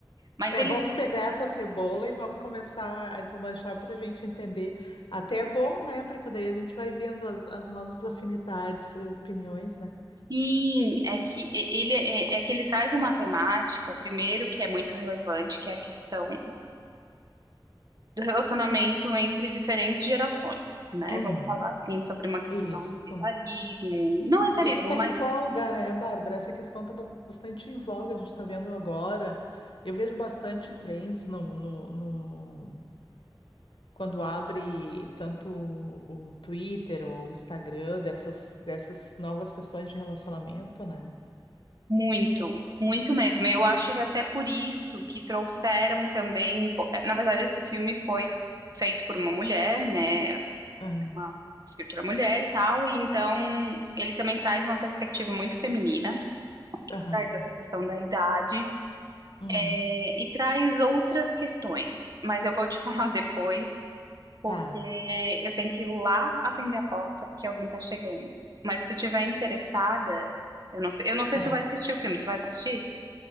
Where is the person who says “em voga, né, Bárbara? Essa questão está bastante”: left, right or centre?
Left